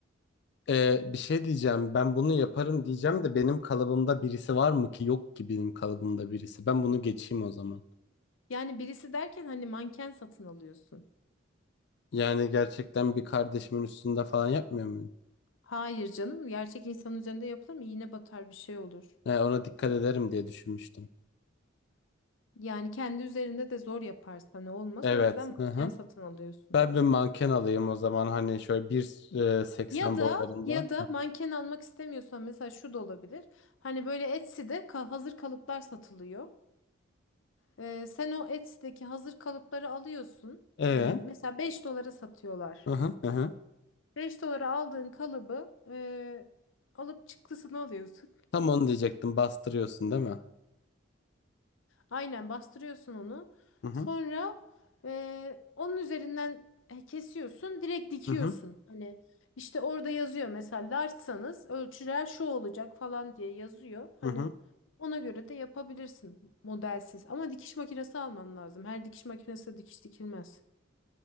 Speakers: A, on the left (about 60°); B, on the left (about 75°).
A: Ee, bir şey diyeceğim. Ben bunu yaparım diyeceğim de benim kalıbımda birisi var mı ki? Yok ki benim kalıbımda birisi. Ben bunu geçeyim o zaman.
B: Yani birisi derken hani manken satın alıyorsun.
A: Yani gerçekten bir kardeşimin üstünde falan yapmıyor muyum?
B: Hayır canım, gerçek insan üzerinde yapılır mı? İğne batar bir şey olur.
A: He, ona dikkat ederim diye düşünmüştüm.
B: Yani kendi üzerinde de zor yaparsan ne olmaz.
A: Evet.
B: O yüzden manken
A: Hı hı.
B: satın alıyorsun.
A: Ben bir manken alayım o zaman hani şöyle 1.80
B: Ya da
A: boylarında.
B: ya da manken almak istemiyorsan mesela şu da olabilir. Hani böyle Etsy'de ka- hazır kalıplar satılıyor. Ee, sen o Etsy'deki hazır kalıpları alıyorsun.
A: Ee,
B: Ee, mesela 5 dolara satıyorlar.
A: hı hı hı hı.
B: 5 dolara aldığın kalıbı e, alıp çıktısını alıyorsun.
A: Tam onu diyecektim. Bastırıyorsun değil mi?
B: Aynen bastırıyorsun onu.
A: Hı hı
B: Sonra e, onun üzerinden e, kesiyorsun, direkt dikiyorsun.
A: hı hı.
B: Hani işte orada yazıyor mesela larçsanız ölçüler şu olacak falan diye yazıyor. Hani
A: hı hı.
B: ona göre de yapabilirsin modelsiz. Ama dikiş makinesi alman lazım. Her dikiş makinesi de dikiş dikilmez.